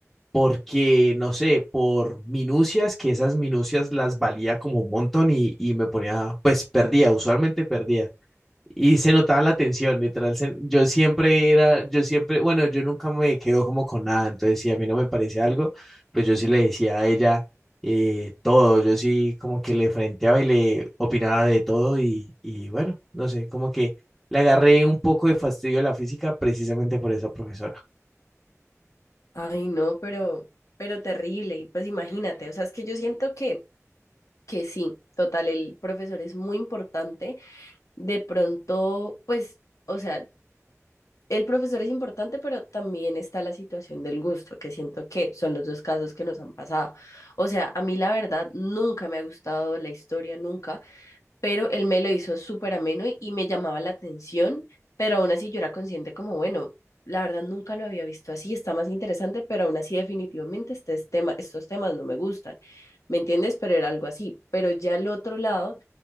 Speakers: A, in the centre; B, on the left.
A: porque, no sé, por minucias, que esas minucias las valía como un montón y, y me ponía, pues perdía, usualmente perdía. Y se notaba la tensión, literal. se- yo siempre era, yo siempre, bueno, yo nunca me quedo como con nada. Entonces, si a mí no me parece algo, pues yo sí le decía a ella eh, todo. Yo sí como que le frenteaba y le opinaba de todo. Y, y bueno, no sé, como que le agarré un poco de fastidio a la física precisamente por esa profesora.
B: Ay, no, pero, pero terrible. Y pues imagínate, o sea, es que yo siento que, que sí, total, el profesor es muy importante. De pronto, pues, o sea, el profesor es importante, pero también está la situación del gusto, que siento que son los dos casos que nos han pasado. O sea, a mí la verdad nunca me ha gustado la historia, nunca. pero él me lo hizo súper ameno y, y me llamaba la atención, pero aún así yo era consciente como, bueno, la verdad nunca lo había visto así, está más interesante, pero aún así definitivamente este es tema, estos temas no me gustan, ¿me entiendes? Pero era algo así, pero ya al otro lado,